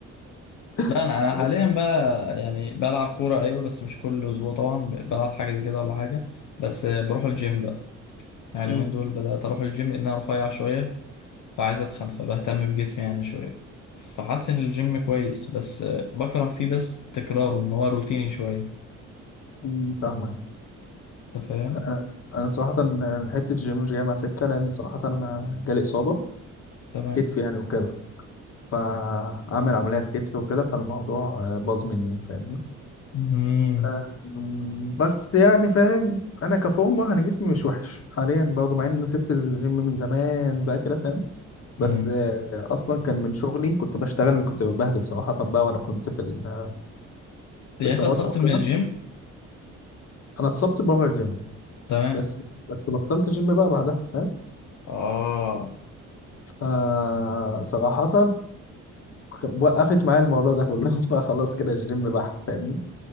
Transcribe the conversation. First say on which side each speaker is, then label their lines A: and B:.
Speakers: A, on the left; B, on the left.
A: لا
B: <laughs>
A: انا انا
B: بس
A: حاليا بقى يعني بلعب كورة ايوه بس مش كل اسبوع طبعا ب- بلعب حاجة زي كده ولا حاجة بس بروح الجيم بقى يعني
B: مم.
A: اليومين دول بدأت اروح الجيم لان انا رفيع شوية فعايز اتخن فبهتم بجسمي يعني شويه فحاسس ان الجيم كويس بس آه، بكره فيه بس تكراره ان هو روتيني شويه
B: مم، فاهمك
A: انت فاهم
B: آه، انا صراحه حته الجيم مش جايه مع سكه لان صراحه انا جالي اصابه
A: تمام
B: في كتفي يعني وكده فاعمل عمليه في كتفي وكده فالموضوع آه، باظ مني فاهمني
A: امم
B: ف... مم، بس يعني فاهم انا كفورمه انا جسمي مش وحش حاليا برضه مع ان انا سبت الجيم من زمان بقى كده فاهم
A: امم
B: بس آه، اصلا كان من شغلي كنت بشتغل كنت ببهدل صراحه بقى وانا كنت في ال-
A: يعني
B: في الدراسه
A: انت اتصبت
B: وكده
A: من الجيم
B: انا اتصبت بره الجيم
A: تمام
B: بس بس بطلت جيم بقى بعدها فاهم
A: اه
B: آه صراحه وقفت معايا الموضوع ده كله <laughs> فخلاص كده الجيم بح فاهمني